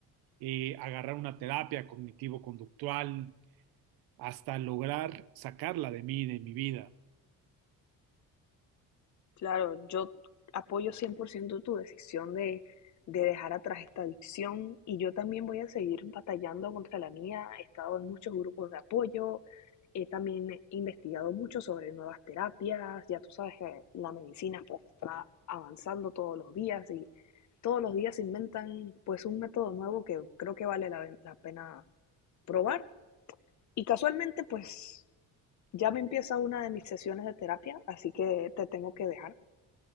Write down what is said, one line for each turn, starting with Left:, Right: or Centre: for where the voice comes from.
Right: eh, agarrar una terapia cognitivo-conductual, hasta lograr sacarla de mí, de mi vida.
Left: Claro, yo apoyo 100% tu decisión de, de dejar atrás esta adicción y yo también voy a seguir batallando contra la mía. He estado en muchos grupos de apoyo, he también investigado mucho sobre nuevas terapias. Ya tú sabes que la medicina pues está avanzando todos los días y todos los días se inventan pues un método nuevo que creo que vale la, la pena probar. Y casualmente pues ya me empieza una de mis sesiones de terapia, así que te tengo que dejar.